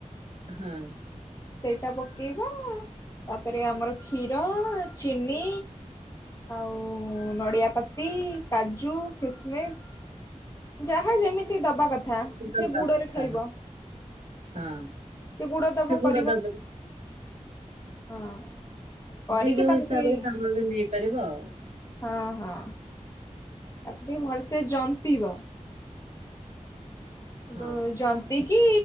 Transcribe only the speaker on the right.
ହଁ।
ଦବା
କଥା
ହଁ।
ଗୁଡ
ଦବ
ଯି ଯୋଉ
ହିସାବରେ
ତାଙ୍କ ବି ନେଇପାରିବ ଆଉ
ହଁ